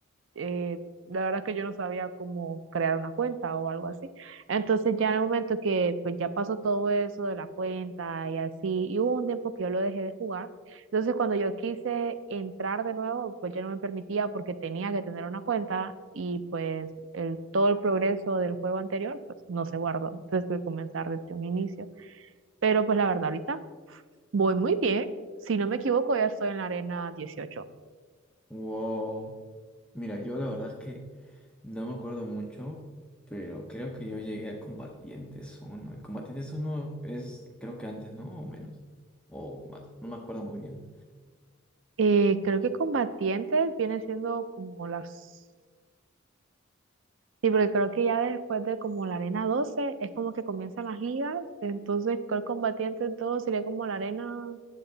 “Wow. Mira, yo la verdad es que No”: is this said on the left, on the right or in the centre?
Centre